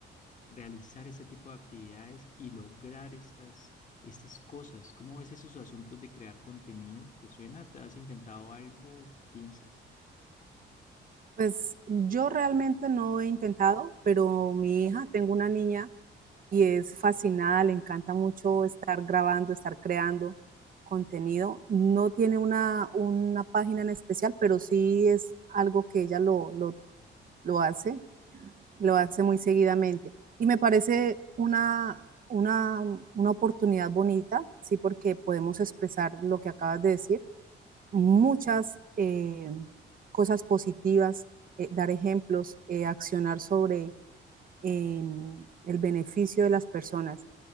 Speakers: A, on the left (about 40°); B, on the right (about 45°).
A: realizar ese tipo de actividades y lograr estas, estas cosas? ¿Cómo ves esos asuntos de crear contenido? ¿Te suena? ¿Te has intentado algo? ¿Qué piensas?
B: Pues yo realmente no he intentado, pero mi hija, tengo una niña y es fascinada, le encanta mucho estar grabando, estar creando contenido. No tiene una, una página en especial, pero sí es algo que ella lo, lo, lo hace, lo hace muy seguidamente. Y me parece una, una, una oportunidad bonita, sí, porque podemos expresar lo que acabas de decir muchas eh, cosas positivas, eh, dar ejemplos, eh, accionar sobre en el beneficio de las personas.